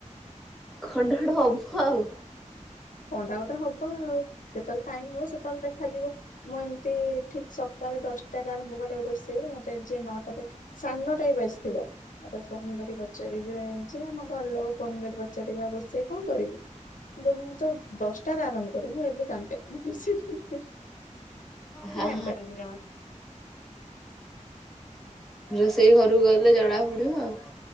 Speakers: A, in the centre; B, on the left.
A: କଣଟା ଗୋଟେ ହବ ଆଉ।
B: କଣଟା ଗୋଟେ ହବ ଆଉ ଯେତେବେଳେ ଟାଇମ ହବ ସେତେବେଳେ ଦେଖାଯିବ। ମୁଁ ଏମିତି ଠିକ୍ ସକାଳେ ଦଶଟାରେ ଆରମ୍ଭ କରେ ରୋଷେଇ ମତେ ଯିଏ ନଅଟାରେ ସାଡେ ନଅଟା ବି ବାଜିଥିବ ମତେ ଫୋନ କରିକି ପଚାରିବେ। ଯେ ଆମ ଘର ଲୋକ ଫୋନ୍ କରି ପଚାରିବେ ଆଉ ରୋଷେଇ କଣ କରିବୁ? ମୁଁ କହିମି ତ ଦଶଟାରେ ଆରମ୍ଭ କରିମି ମୁଁ ଏବେ ଜାଣିପାରିନାହିଁ ରୋଷେଇ କଣ କରିବି?
A: ହଁ
B: ମୁଁ ଜାଣିପାରେନି ଜମା।
A: ରୋଷେଇ ଘରକୁ ଗଲେ ଜଣା ପଡିବ ଆଉ।